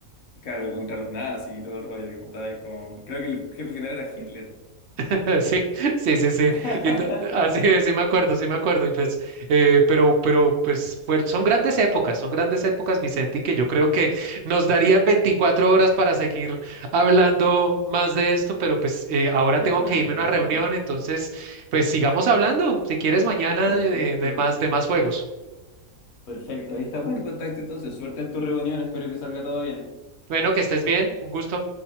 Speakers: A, on the left (about 70°); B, on the right (about 65°).
A: claro, contra los nazis y todo el rollo que mataba ahí con... Creo que el jefe final era Hitler.
B: <laughs> Sí, sí, sí, sí.
A: <laughs>
B: Y to- así es, sí me acuerdo, sí me acuerdo. Y pues, eh, pero, pero, pues, fue- son grandes épocas, son grandes épocas, Vicente, y que yo creo que nos darían 24 horas para seguir hablando más de esto, pero pues eh, ahora
A: Totalmente.
B: tengo que irme a una reunión, entonces, pues sigamos hablando, si quieres, mañana
A: Perfecto.
B: de, de de más, de más juegos.
A: Perfecto. Ahí estamos en contacto entonces. Suerte en tu reunión. Espero que salga todo bien.
B: Bueno, que estés bien, un gusto.